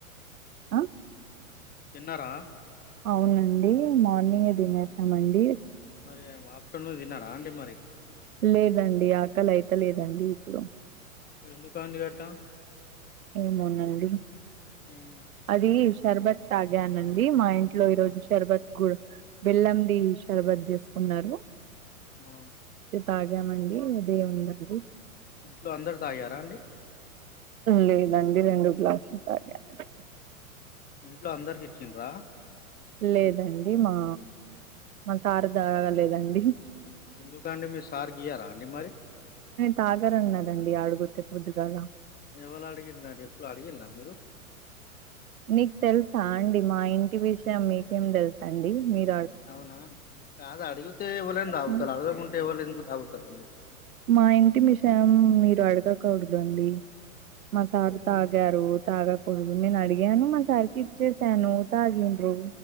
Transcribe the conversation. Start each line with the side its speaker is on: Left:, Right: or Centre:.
Right: ఆ
Left: తిన్నారా
Right: అవునండి మార్నింగే తినేసమండి
Left: మరి ఆఫ్టేర్నూన్ తిన్నారా ఆండి మరి
Right: లేదండి ఆకలి అయితలేదండి ఇప్పుడు
Left: మరిఎందుకండీ గటా
Right: ఏమోనండి
Left: హ్మ్
Right: అది షర్బత్ తాగానండి మా ఇంట్లో ఈ రోజు షరబత్ బెల్లం ది షార్భత్ చేసుకు ఉన్నారు
Left: ఆ
Right: తాగామండి ఉదయం నుండి
Left: ఇంట్లో అందరు తాగారా అండి
Right: లేదండి రెండు గ్లాసులు తాగానండి
Left: ఇంట్లో అందరికి ఇచ్చండ్రా
Right: లేదండి మా మా సార్ తాగలేదండి
Left: ఎందుకండి మీ సార్ కియారా అండి మరి
Right: తాగరన్నరండి ఆడుగుతె పొద్దుగాల
Left: ఎవల్ అడిగిన్నర్ ఎప్పుడు అడిగిన్ల మీరు
Right: మీక్ తెల్సా అండి మా ఇంటి విషయం మీకేం తెల్సండి. మీర్
Left: అవునా కాదు అడుగుతే ఎవలన్న తాగుతల్
Right: హ్మ్.
Left: అడగకుంటే ఎవల్ ఎందుకు తాగుతరండి.
Right: మా ఇంటి మిషయం మీరు అడగకూడదు అండి. మా సార్
Left: హ్మ్.
Right: తాగారు తాగకుడ నేను అడిగాను మా సార్కి ఇచ్చేసాను తాగిండ్రు.